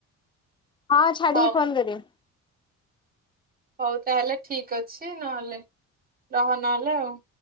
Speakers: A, on the left (about 15°); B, on the right (about 30°).
A: ହଁ ଛାଡ଼ିକି
B: ହଉ
A: ଫୋନ କରିବି।
B: ହଉ ତାହେଲେ ଠିକ ଅଛି ନହେଲେ ରହ ନହେଲେ ଆଉ।